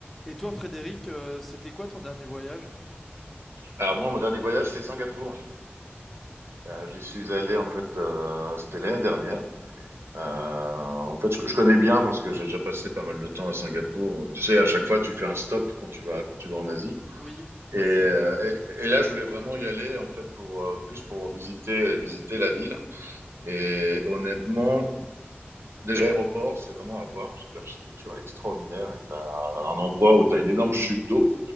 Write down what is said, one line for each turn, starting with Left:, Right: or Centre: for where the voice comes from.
Centre: Et toi, Frédéric, euh, c'était quoi ton dernier voyage?
Right: Alors moi, mon dernier voyage, c'est Singapour. Euh, j'y suis allé en fait, euh, c'était l'année dernière. Euh, en fait, je, je connais bien parce que j'ai déjà passé pas mal de temps à Singapour. Tu sais, à chaque fois, tu fais un stop quand tu vas quand tu vas en Asie.
Centre: Oui, ouais,
Right: Et, euh,
Centre: c'est vrai.
Right: et, et là, je voulais vraiment y aller en fait pour euh, plus pour visiter visiter la ville. Et honnêtement, déjà l'aéroport, c'est vraiment à voir parce que l'architecture est extraordinaire. Et t'as un endroit où t'as une énorme chute d'eau.